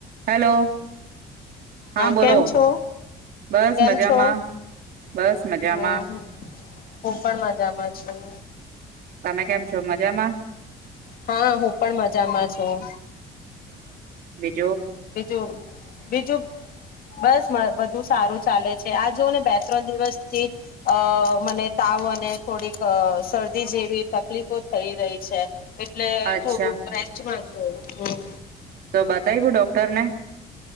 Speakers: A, on the right (about 65°); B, on the left (about 60°).
A: Hello હા બોલો
B: કેમ છો
A: બસ
B: કેમ
A: મજામાં
B: છો
A: બસ મજામાં
B: હમ હું પણ મજામાં છું.
A: તમે કેમ છો મજામાં
B: હા હું પણ મજામાં છું.
A: બી
B: બીજું બીજું બસ મ બધું સારું ચાલે છ આ જો ને બે ત્રણ દિવસ થી અ મને તાવ અને થોડીક શરદી જેવી તકલીફો થઈ રહી છે. એટલે
A: અચ્છા
B: થોડુંક રેસ્ટ માંજ. હ હમ.
A: તો બતાયવું ડોક્ટરને